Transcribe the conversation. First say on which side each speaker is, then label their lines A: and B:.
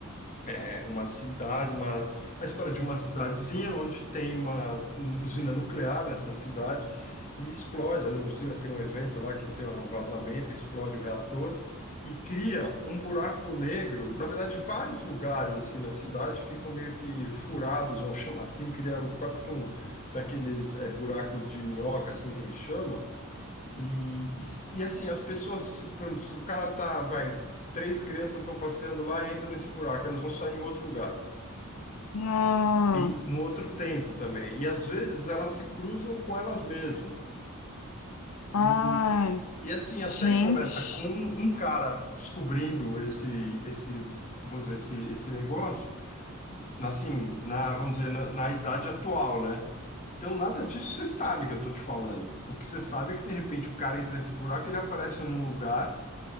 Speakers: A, on the left; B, on the left.
A: É uma cidade, uma, a história de uma cidadezinha onde tem uma usina nuclear nessa cidade e explode. A usina tem um evento lá que tem um vazamento, explode o reator e cria um buraco negro. Na verdade, vários lugares assim na cidade ficam meio que furados, vamos <laughs> chamar assim, cria quase que um daqueles eh, buracos de minhoca, assim que eles chamam e, e, e, assim, as pessoas, se, por exemplo, se o cara tá, vai, três crianças estão passeando lá, entram nesse buraco, elas vão sair em outro lugar.
B: Ah,
A: E no outro tempo também. E às vezes elas se cruzam com elas mesmas.
B: ai,
A: E, e assim, a
B: gente.
A: série começa com um um cara descobrindo esse, esse, vamos dizer, esse, esse negócio, assim, na, vamos dizer, na, na idade atual, né? Então, nada disso você sabe que eu tô te falando. O que você sabe é que, de repente, o cara entra nesse buraco, ele aparece num lugar.